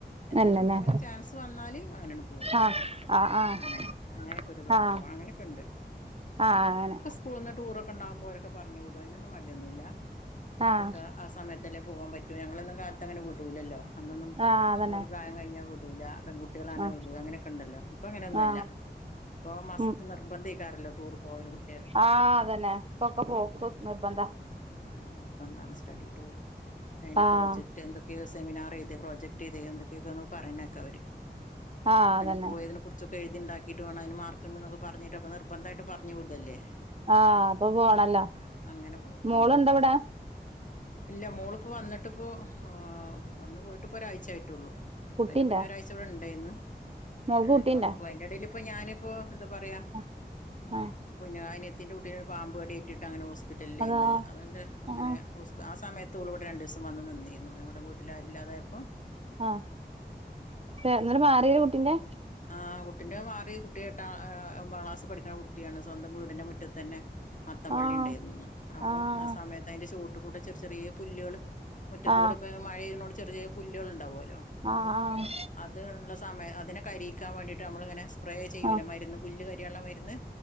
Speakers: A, on the left; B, on the right.
A: എന്തേലും
B: അല്ലല്ലേ
A: അങ്ങനെ ചാൻസ് വന്നാല് അങ്ങനെയാണ് പോവും
B: ആഹ് ആഹ് ആഹ്
A: അങ്ങനെ അങനെയൊകെരു സ്വഭാവം
B: ആഹ്
A: അങ്ങനെക്കണ്ട്
B: ആഹ് ആണ്
A: സ്കൂളിന്ന് ടൂർ ഒക്കെ ഉണ്ടാവുമ്പോ ഓരൊക്കെ പറഞ്ഞുവിടും അതിനൊന്നും മടിയൊന്നും ഇല്ല
B: ആഹ്
A: ഒരു സമയത്തല്ലേ പോവാൻ പറ്റൂ ഞങ്ങളെയൊന്നും കാലത്ത് അങ്ങനെ വിടൂലല്ലോ അന്നൊന്നും
B: ആഹ് അതന്നെ
A: ഒരു പ്രായം കഴിഞ്ഞാ വിട്ടു വുടുല്ല പെൺകുട്ടിക്കളാണേ
B: ആഹ്
A: വിടും അങ്ങനൊക്കെണ്ടല്ലോ ഇപ്പൊ അങനെയൊന്നല്ല
B: ആഹ്
A: ഇപ്പോ മസ്റ്റ്
B: ഉം
A: നിർബന്തേക്കാരല്ലോ ടൂർ പോവല് കുട്ട്യാക്
B: ആഹ് അതന്നെ ഇപ്പൊക്കെ പോക്ക്
A: ആഹ്
B: നിർബന്ധ
A: ആഹ് നിർബന്ധാണ് സ്റ്റഡി ടൂറ് അതിന്റെ
B: ആഹ്
A: പ്രോജക് എന്തൊക്കെയോ സെമിനാറ് എയ്തേ പ്രോജക്ട് എയ്തേ എന്തൊക്കെയൊക്ക ഒന്ന് പറയ <unintelligible>
B: ആഹ് അതന്നെ
A: പോയതിനെ കുറി ച്ചൊക്കെ എഴുതി ഇണ്ടാക്കിയിട്ട് വാണം അതിന് മാർക്ക്‌ ഇണ്ട് എന്നൊക്കെ പറഞ്ഞിട്ട് അപ്പോ നിർബന്ധായിട്ടും പറഞ്ഞ് വിടുല്ലേ
B: ആഹ് അപ്പൊ പോണല്ലോ?
A: അങ്ങനെ പോകും
B: മോള്ണ്ടോ
A: ഉം
B: വടെ?
A: ഇല്ല മോളിപ്പോ വന്നിട്ടിപ്പോ ആഹ് വന്നുപോയിട്ടിപ്പോ ഒരാഴ്ചയിട്ടൊള്ളു
B: കുട്ടിണ്ടാ
A: അതിന്റെ മുന്നൊരാഴ്ച ഇവിടെ ഉണ്ടായിന്ന്.
B: മോൾക്ക്
A: എന്നിട്ട്
B: കുട്ടിണ്ടാ
A: വന്ന് പോ അതിന്റെ ഇടേൽ ഇപ്പോ ഞാനിപ്പോഎന്താ പറയാ
B: ആഹ് ആഹ്
A: പിന്നെ അനിയത്തിന്റെ കൂട്ടീനൊരു പാമ്പ് കടിയേറ്റിട്ട് അങ്ങനെ ഹോസ്പിറ്റലിലേന്ന്
B: അതാ
A: അതിന്റെ അങ്ങനെ
B: ആഹ്
A: ഹോസ് ആ സമയത്ത് ഓള് ഇവ്ടെ രണ്ട്സം വന്ന് നിന്നിരുന്നു ഇവിടെ വീട്ടിലാരൂല്ലാതായപ്പം
B: ആഹ് ഏ എന്നിട്ട് മാറിയോ കുട്ടിന്റെ
A: ആഹ് കുട്ടിന്റെ മാറി കുട്ടി എട്ടാം ഏ ഒമ്പതാം ക്ലാസി പഠിക്കണ കു കുട്ടിയാണ് സ്വന്തം വീടിന്റെ മുറ്റതെന്നെ മത്തം
B: ആഹ്
A: വള്ളി ണ്ടെര്ന്നൂന്ന് അപ്പം
B: ആഹ്
A: ആ സമയത്ത് അതിന്റെ ചോട്ട്കൂടെ ചെറി ചെറിയ പുല്ലേള് മുറ്റത്തുകൂടെപ്പം
B: ആഹ്
A: മഴപെയ്യണോണ്ട് ചെറിയ ചെറിയ പുല്ലുകളിണ്ടാവുല്ലോ
B: ആഹ്
A: അപ്പൊ അത് ഉള്ള സമയം അതിനെ കരിയിക്കാൻ വേണ്ടിയിട്ട് നമ്മളിങ്ങനെ സ്പ്രേ ചെയ്യൂലേ
B: ആഹ്
A: മരുന്ന് പുല്ല് കരിയാനുള്ള മരുന്ന്.